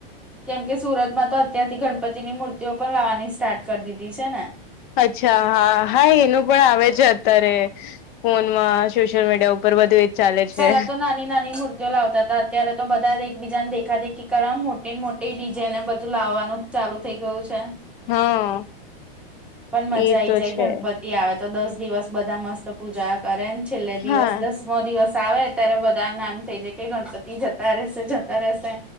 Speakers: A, in the centre; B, on the left (about 60°).
A: કેમ કે સુરતમાં તો અત્યારથી ગણપતિની મૂર્તિઓ પણ લાવવાની સ્ટાર્ટ કરી દીધી છે ને
B: અચ્છા હા હા એનું પણ આવે છે અત્યારે ફોન માં સોશિયલ મીડિયા ઉપર બધું ચાલે છે
A: પેલા તો નાની નાની મૂતી લાવતા હતા અત્યારે તો બધા એકબીજાને દેખા દેખી કરવા મોટી ને મોટી ડિઝાઇન બધું લાવવાનું ચાલુ થઈ ગયું છે
B: હા
A: પણ
B: એ
A: મજા
B: તો
A: આઈ જાય
B: છે
A: ગણપતિ આવે તો દસ દિવસ બધા મસ્ત પૂજા કરે છેલ્લે દિવસ
B: હા
A: દસમો દિવસ આવે અત્યારે બધા નામ થઇ જાય કે ગણપતિ જતા રહેશે જતા રશે